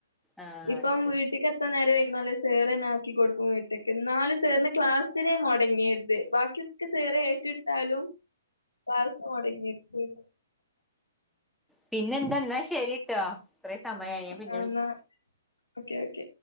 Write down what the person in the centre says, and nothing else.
ആഹ്
ശരി
പിന്നെന്താെന്നാ ശരിട്ടോ. അത്രം സമയായി പിന്നെ
വിളിക്ക